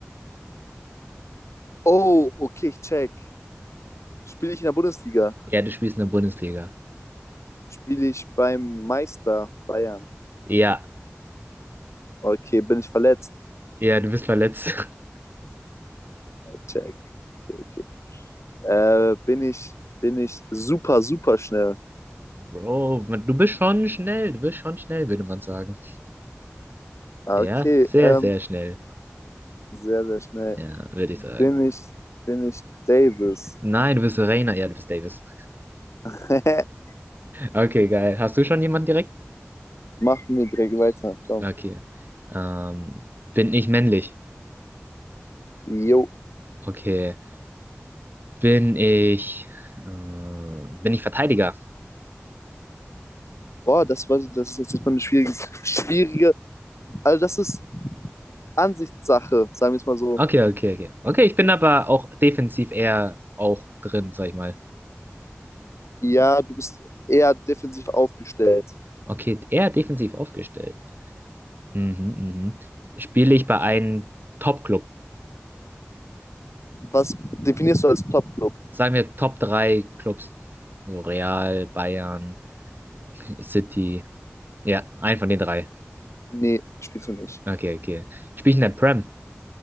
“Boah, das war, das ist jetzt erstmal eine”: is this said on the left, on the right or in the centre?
Left